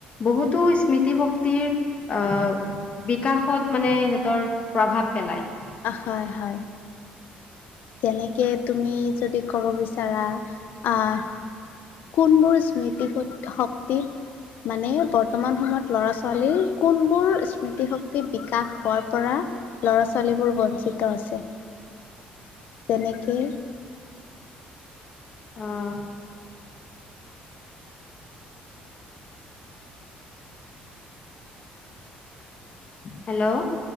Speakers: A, on the left; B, on the left.
A: বহুতো স্মৃতি শক্তিৰ আ ব্ৰি বিকাশত মানে সিহঁতৰ প্ৰভাৱ পেলায়।
B: হয় হয়। যেনেকে তুমি যদি ক'ব বিচাৰা, আহ কোনবোৰ স্মৃতি শক্তিত মানে বৰ্তমান সময়ত ল'ৰা -ছোৱালীৰ কোনবোৰ স্মৃতিশক্তি বিকাশ হোৱাৰ পৰা ল'ৰা -ছোৱালীবোৰ বঞ্চিত আছে? তেনেকে।
A: অহ। হেল্ল'।